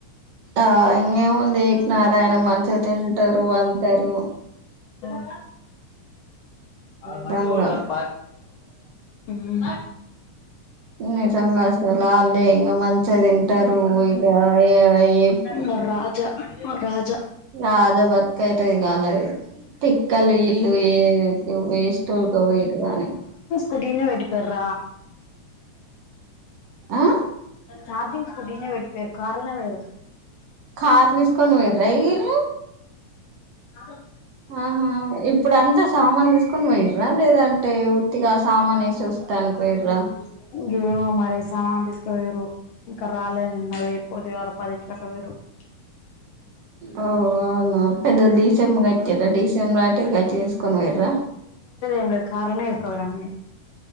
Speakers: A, on the right; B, on the left.
A: ఆ ఇంగేముంది ఏకనారాయణ మంచిగా తింటారు పంటారు
B: బా ఊ మ్
A: నిజంగా
B: మ్
A: నిజంగా అసలు వాళ్ళే ఇంకా మంచిగా తింటారు ఇక ఏ ఏ
B: మా రాజా రాజా
A: అదే బ బతుకైతాది <unintelligible> తిక్కలు ఇల్లు ఏ వెస్ట్ <unintelligible> ఇటుగానే
B: కుటీన్న వెట్టిపోర్రా
A: ఆ
B: చార్జింగ్ స్కూటీనే ఈడ్నే పెట్టి పోయారు కార్నేపోయారు
A: కారు తీసుకొని పోయిండ్రా ఇళ్లు
B: ఆ
A: ఆహా ఇప్పుడు అంత సామాన్ తీసుకొని పోయిండ్ర లేదా అంటే ఉత్తిగా సామాన్ వేసి వస్తా అని <unintelligible>
B: ఇంకేమో మరి సమాను తీసుకోపోయిరు ఇంకా రాలే నిన్న వేపోద్ది వాళ పదింటి <unintelligible> <unintelligible>
A: ఓ అవునా పెద్ద డీసీఎం డడిసీఎం లాంటి <unintelligible> తీసుకొని పోయ్యిర్ర
B: ఇంగ కారాన్న వెస్కో పోయ్యిర్ర అండి